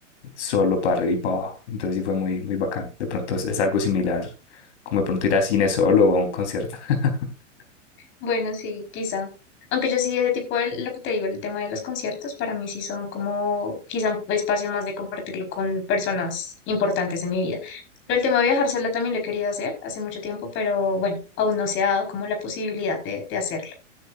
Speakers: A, on the left; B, on the left.
A: solo para arriba y para abajo, entonces sí fue muy, muy bacano. De pronto es, es algo similar, como de pronto ir a cine solo o a un concierto. <laughs>
B: Bueno, sí, quizá. Aunque yo sí, ese tipo de lo que te digo, el tema de los conciertos, para mí sí son como quizá un espacio más de compartirlo con personas importantes en mi vida. Pero el tema de viajar sola también lo he querido hacer hace mucho tiempo, pero bueno, aún no se ha dado como la posibilidad de, de hacerlo.